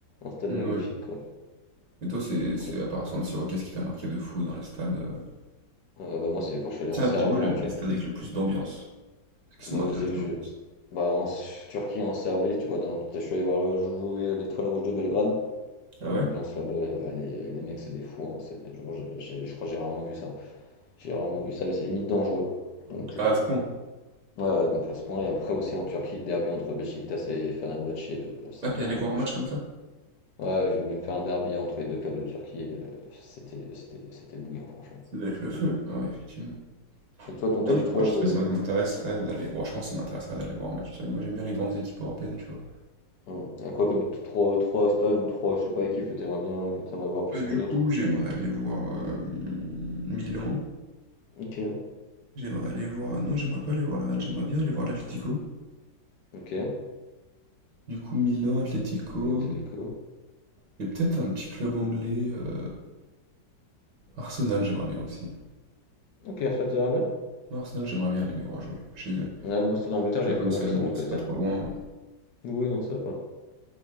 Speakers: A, on the left; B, on the right.
A: un stade
B: Mm,
A: magnifique,
B: ouais.
A: quoi.
B: Et toi, c'est, c'est
A: Con.
B: à part San Siro, qu'est-ce qui t'a marqué de fou dans les stades? euh
A: Euh, bah, moi, c'est quand je suis allé
B: Tiens,
A: en Serbie,
B: dis-moi le-
A: en
B: les
A: Turquie.
B: stades avec le plus d'ambiance. Parce que ça
A: Bah,
B: m'intéresse
A: je sais que je.
B: l'ambiance.
A: Bah, en S- Turquie, en Serbie, tu vois, dans... je suis allé voir le jouer à l'Étoile Rouge de Belgrade,
B: Ah
A: et l'ambiance
B: ouais?
A: là-bas, elle elle est- les, mecs, c'est des fous, hein, c'est des... Genre, j'ai- j'ai- je crois que j'ai rarement vu ça. J'ai rarement vu ça, mais c'est limite dangereux. Donc, euh,
B: Ah, à ce point.
A: ouais, donc à ce point. Et après aussi en Turquie, le derby entre Beşiktaş et Fenerbahçe, euh, c'est
B: Ah,
A: un
B: t'es
A: derby.
B: allé voir un match comme ça?
A: Ouais, je voulais me faire un derby entre les deux clubs de Turquie. et, euh, c'était, c'était, c'était bouillant, franchement.
B: Ça doit être
A: C'était
B: le feu.
A: bouillant.
B: Ah ouais, effectivement.
A: Et toi, ton top
B: Non, mais
A: 3
B: moi, je
A: de,
B: sais pas si
A: de-
B: ça m'intéresserait d'aller. Bon, je pense que ça m'intéresserait d'aller voir un match. Moi, j'aime bien les grandes équipes européennes, tu vois.
A: ouais. Et quoi comme trois trois stades ou 3 je sais pas, équipes que t'aimerais bien, que t'aimerais voir plus
B: Bah, du
A: que d'autres?
B: coup, j'aimerais aller voir euh, Milan.
A: Ok,
B: J'aimerais aller voir. Non, j'aimerais pas aller voir le Real. J'aimerais bien aller voir l'Atlético.
A: ok.
B: Du coup, Milan, Atlético.
A: bien Atlético.
B: Et peut-être un petit club anglais. euh, Arsenal, j'aimerais bien aussi.
A: Ok, Arsenal, t'aimerais bien?
B: Moi, Arsenal, j'aimerais bien aller les voir jouer chez eux.
A: Ouais, moi, stade d'Angleterre,
B: Tu
A: j'ai
B: vois,
A: fait
B: comme
A: pas mal
B: c'est
A: de
B: à
A: stades
B: Londres,
A: d'Angleterre.
B: c'est pas trop loin. euh,
A: Oui, non, ça va.